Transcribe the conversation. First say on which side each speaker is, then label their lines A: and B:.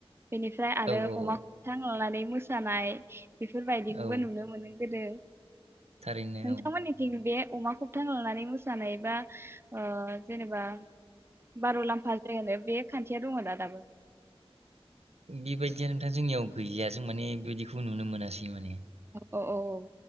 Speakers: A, on the right; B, on the right.
A: बेनिफ्राय आरो
B: औ औ
A: अमाखौथां लानानै मोसानाय <inaudible> बेफोरबायदिखौबो
B: औ
A: नुनो मोनो गोदो
B: थारैनो
A: नोंथामोननि
B: औ
A: थिं बेे अमा खबथां लानानै मोसानाय बा ओ जेनेबा बारुलाम्फा जायो होनो बे खान्थिया दङ दा -दाबो
B: बेबायदिया नोंथां जोंनियाव गैया जों माने बेबायदिखौ नुनो मोनासै माने
A: औ- औ।